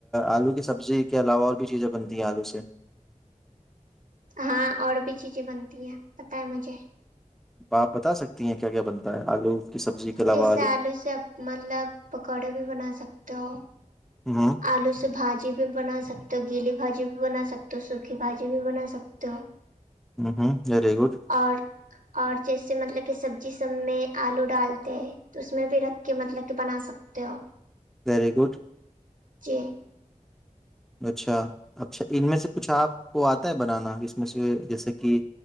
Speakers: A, in the centre; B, on the right.
A: آلو کی سبزی کے علاوہ اور بھی چیزیں بنتی ہیں آلو سے
B: ہاں اور بھی چیزیں بنتی ہیں پت ہے مجھے
A: آپ بتا سکتی ہیں کیا کیا بنتا ہے آلو کی سبزی کے علاوہ
B: جیسے آلو سے مطلب پکوڑے بھی بنا سکتے ہو
A: ہوں
B: آلو سے بھاجی بی بھی بنا سکتے ہو گیلی بھاجی بھی بنا سکتے ہو سوکی بھاجی بھی بنا سکتے ہو
A: ہوں ہوں ویری گڈ
B: اور اور جیسے مطلب کہ سبزی سب میں آلو ڈال تو اس میں بھی رکھ کے مطلب کہ بنا سکتے ہو
A: ویری گڈ
B: ج <inaudible>
A: اچھا اچھا ان میں سے کچھ آپ کو آتا ہے بنانا میںھ جیسے کہ